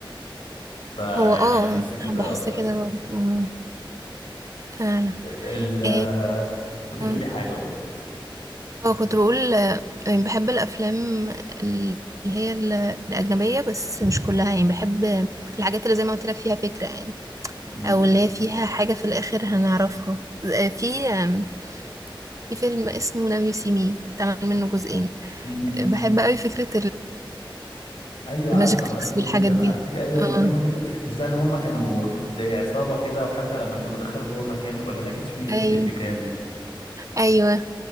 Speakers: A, on the left (about 85°); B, on the right (about 40°).
A: فيعني
B: هو اه
A: بحس كده
B: بحس
A: اكتر
B: كده برضه أمم، فعلا
A: ال
B: ايه
A: كنت
B: اه
A: تقولي حاجه قولي
B: آه، كنت بقول آه، يعني بحب الافلام اللي هي ال- الاجنبيه بس مش كلها يعني بحب الحاجات اللي زي ما قلت لك فيها فكره يعني
A: مم.
B: او اللي هي فيها حاجه في الاخر هنعرفها آه، في آم، في فيلم اسمه ناو يو سي مي اتعمل منه جزئين
A: مم.
B: آه، بحب قوي فكره
A: ايوه عارف
B: الماجيك
A: انا
B: تريكس
A: بحبه
B: والحاجات
A: جدا
B: دي
A: على فكره ايوه انا
B: اه
A: بحبه جدا مش ده اللي هم كانوا زي عصابه كده وحتى لما كانوا دخلوا جوه مكان ولا ده كاتش مي اف
B: ايوه
A: يو كان
B: ايوه